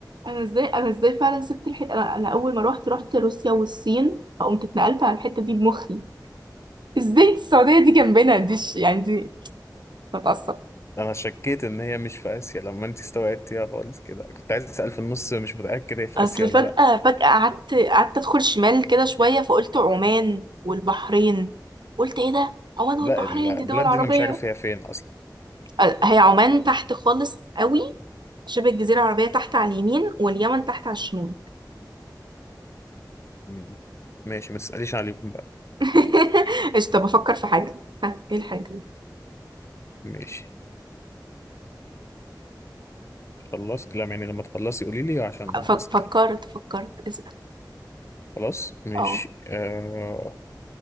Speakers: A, on the right; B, on the left.
A: انا ازاي انا ازاي فعلا سبت الحته انا, أنا اول ما روحت رحت روسيا والصين فقمت اتنقلت على الحته دي بمخي ازاي السعوديه دي جنبنا دي ش- يعني دي بتعصب
B: انا شكيت ان هي مش في اسيا لما انت استوعبتيها خالص كده كنت عايز اسأل في النص مش متأكد هي في
A: اصل
B: اسيا ولا
A: فجاه
B: لا
A: فجاه قعدت قعدت ادخل شمال كده شويه فقلت عمان والبحرين قلت ايه ده عمان والبحرين
B: لا
A: دي
B: البلاد
A: دول عربيه
B: دي انا مش عارف هي فين اصلا
A: أ- هي عمان تحت خالص قوي شبه الجزيره العربيه تحت على اليمين واليمن تحت على الشمال
B: مم. ماشي ما تسأليش عليهم بقى
A: <laughs> ايش طب افكر في حاجه ها ايه الحاجه
B: ماشي خلصت لا يعني لما تخلصي قولي لي عشان
A: ف-
B: اسأل
A: فكرت فكرت اسأل
B: خلاص مش
A: اه
B: آه